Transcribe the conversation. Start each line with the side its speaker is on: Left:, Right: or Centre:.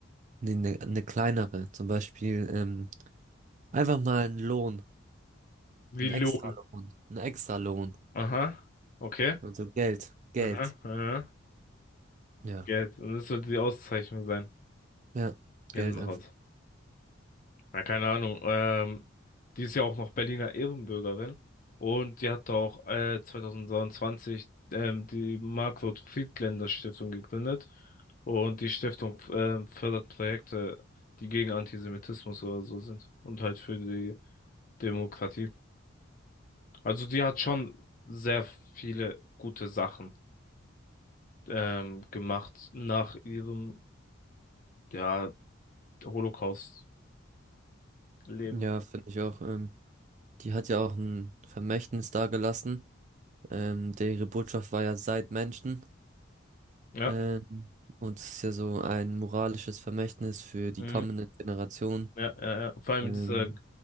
Right: nee, eine, eine kleinere. Zum Beispiel, ähm, einfach mal einen Lohn,
Left: Wie
Right: einen
Left: lohn
Right: Extralohn, einen Extralohn.
Left: Aha, okay.
Right: Also Geld, Geld.
Left: Aha, ja.
Right: Ja,
Left: Geld. Und das sollte die Auszeichnung sein.
Right: ja,
Left: Gänsehaut.
Right: Geld einfach.
Left: Na, keine Ahnung. Ähm, die ist ja auch noch Berliner Ehrenbürgerin. Und die hat auch äh, 2023 ähm, die Margot-Friedländer-Stiftung gegründet. Und die Stiftung ähm, fördert Projekte, die gegen Antisemitismus oder so sind. Und halt für die Demokratie. Also die hat schon sehr viele gute Sachen ähm, gemacht nach ihrem, ja, Holocaust. Leben.
Right: Ja, finde ich auch. Ähm, die hat ja auch ein Vermächtnis dagelassen. Ähm, der ihre Botschaft war ja seid Menschen.
Left: Ja.
Right: Ähm, und es ist ja so ein moralisches Vermächtnis für die
Left: Mhm.
Right: kommenden Generationen.
Left: Ja, ja, ja. Vor allem
Right: Ähm,
Left: in dieser